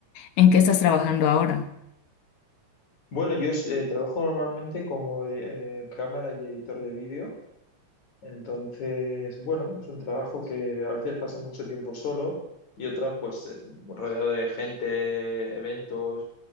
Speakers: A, on the left; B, on the left.
A: en qué estás trabajando ahora.
B: Bueno, yo eh, trabajo normalmente como eh, cámara y editor de vídeo, entonces, bueno, es un trabajo que a veces pasa mucho tiempo solo y otras pues es rodeado de gente, eventos,